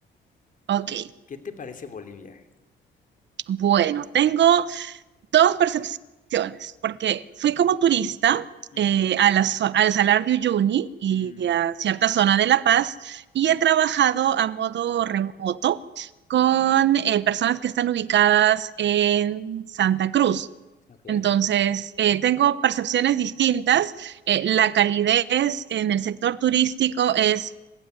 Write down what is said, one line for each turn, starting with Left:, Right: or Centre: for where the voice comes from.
Right: Ok,
Left: ¿Qué te parece Bolivia?
Right: bueno, tengo dos percepciones, porque fui como turista
Left: Ujú.
Right: eh, a la, al Salar de Uyuni y
Left: Mm,
Right: a cierta zona de La Paz y he trabajado a modo remoto con eh, personas que están ubicadas en Santa Cruz.
Left: ok.
Right: Entonces, eh, tengo percepciones distintas. Eh, la calidez en el sector turístico es